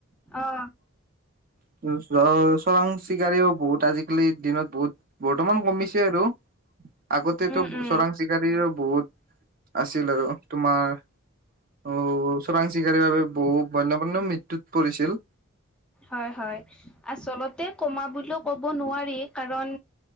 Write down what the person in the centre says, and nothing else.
অ',।
উম, উম,
হয়-হয়, আচলতে কমা বুলিও ক'ব নোৱাৰি কাৰণ